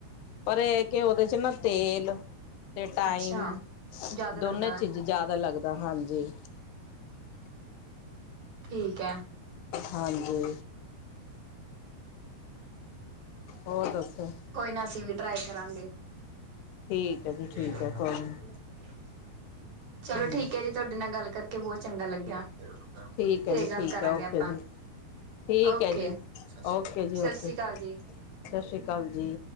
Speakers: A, on the left (about 85°); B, on the right (about 45°).
A: ਪਰ ਇਹ ਕੇ ਉਹਦੇ ਚ ਨਾ ਤੇਲ ਤੇ ਟਾਈਮ,
B: ਅੱਛਾ ਜ਼ਿਆਦਾ ਲੱਗਦਾ
A: ਦੋਨੇ
B: ਵਾ
A: ਚੀਜ਼ ਜ਼ਿਆਦਾ ਲੱਗਦਾ ਹਾਂਜੀ।
B: ਠੀਕ ਐ।
A: ਹਾਂਜੀ। ਹੋਰ ਦੱਸੋਂ?
B: ਕੋਈ ਨਾ ਅਸੀਂ ਵੀ ਟਰਾਏ ਕਰਾਂਗਾ। <inaudible>
A: ਠੀਕ ਹੈ ਜੀ ਠੀਕ ਹੈ ਕੋਈ ਨਹੀਂ
B: ਚਲੋ ਠੀਕ ਐ ਜੀ, ਤੁਹਾਡੇ ਨਾਲ ਗੱਲ ਕਰਕੇ ਬਹੁਤ ਚੰਗਾ ਲੱਗਿਆ।
A: ਠੀਕ
B: ਫੇਰ
A: ਐ ਜੀ
B: ਗੱਲ
A: ਠੀਕ
B: ਕਰਾਂਗੇ
A: ਐ, ਓਕੇ
B: ਆਪਾਂ
A: ਜੀ। ਠੀਕ
B: ਓਕੇ
A: ਐ ਜੀ, ਓਕੇ ਜੀ
B: ਸਤਿ
A: ਓਕੇ,
B: ਸ੍ਰੀ ਅਕਾਲ ਜੀ
A: ਸਤਿ ਸ੍ਰੀ ਅਕਾਲ ਜੀ।